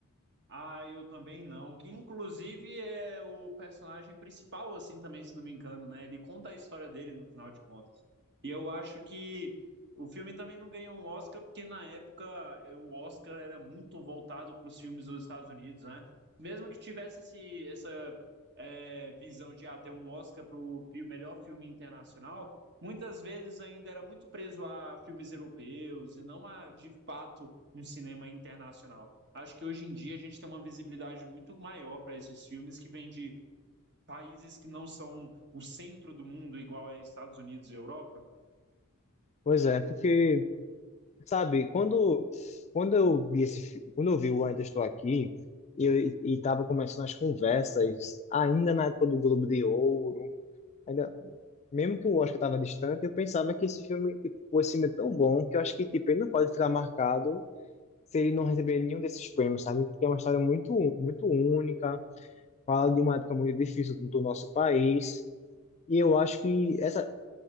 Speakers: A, on the right (about 55°); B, on the left (about 30°).
A: Ah, eu também não. Que inclusive é o personagem principal, assim, também, se não me engano, né? Ele conta a história dele no final de contas. E eu acho que o filme também não ganhou um Oscar, porque na época eh, o Oscar era muito voltado para os filmes dos Estados Unidos, né? Mesmo que tivesse esse, essa eh, visão de ah, ter um Oscar para o melhor filme internacional, muitas vezes ainda era muito preso a filmes europeus e não a, de fato, um cinema internacional. Acho que hoje em dia a gente tem uma visibilidade muito maior para esses filmes que vêm de países que não são o centro do mundo, igual é Estados Unidos e Europa,
B: Pois é, porque sabe, quando, quando eu vi esse, fi- quando eu vi o Ainda Estou Aqui, eu, e estava começando as conversas, ainda na época do Globo de Ouro, ainda, mesmo que o Oscar estava distante, eu pensava que esse filme, tipo, esse filme é tão bom que eu acho que, tipo, ele não pode ficar marcado se ele não receber nenhum desses prêmios, sabe? Porque é uma história muito, muito única, fala de uma época muito difícil do, do nosso país, e eu acho que essa,